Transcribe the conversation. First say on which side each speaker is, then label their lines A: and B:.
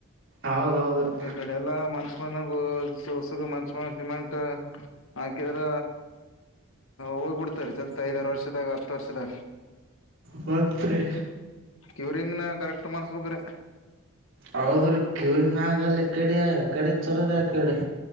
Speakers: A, on the right; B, on the left.
A: ಹೌದೌದ್ರಿ.
B: ಸ್ವಲ್ಪ ಈ ಕಡೆ ಎಲ್ಲಾ ಮನ್ಸ ಮಂದ ಸ ಸುಗು ಮಂಚು ಸಿಮೆಂಟ್ ಹಾಕಿದ್ರ ಹೋಗ್ಬಿಡ್ತಾರೀ ಸತ್ ಐದಾರು ವರ್ಷದಾಗ ಹತ್ತು ವರ್ಷದಾಗ
A: ಮತ್ತ ರಿ
B: ಯೂರಿಂಗ್ನ ಕರೆಕ್ಟ್ ಮಾಡಸ್ಬೇಕ್ರೆ
A: ಹೌದ್ರ ಯೂರಿನ ಆಗಲ್ಲ ಕಡೆ ಕಡೆ ಚಲೋದ ಆ ಕಡೆ